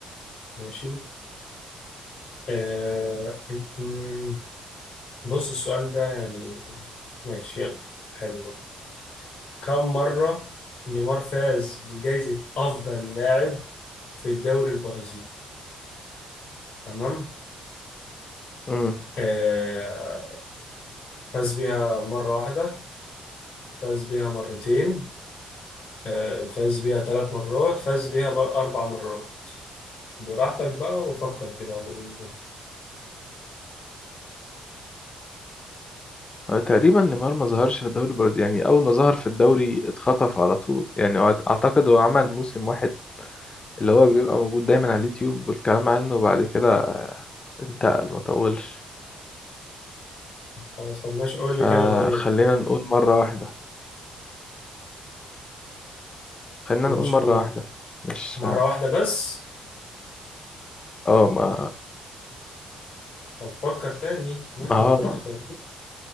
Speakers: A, on the left; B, on the left.
A: ماشي آه م- م- بص السؤال ده يعني ماشي يلا حلو بقى كم مره نيمار فاز بجائزه افضل لاعب في الدوري البرازيلي تمام
B: امم
A: آه، فاز بيها مرة واحدة فاز بيها مرتين آه، فاز بيها ثلاث مرات فاز بيها بر- أربع مرات براحتك بقى وفكر كده و-
B: هو تقريبا نيمار ما ظهرش في الدوري البرازيلي يعني اول ما ظهر في الدوري اتخطف على طول يعني هو اعتقد هو عمل موسم واحد اللي هو بيبقى موجود دايما على اليوتيوب والكلام عنه وبعد كده انتقل ما طولش
A: خلاص طب ماشي قول
B: فخلينا
A: لي كده طيب
B: نقول مرة واحدة خلينا
A: ماشي
B: نقول مرة
A: قول
B: واحدة مش
A: مرة واحدة بس
B: اه ما
A: طب فكر تاني ماشي،
B: ما هو
A: براحتك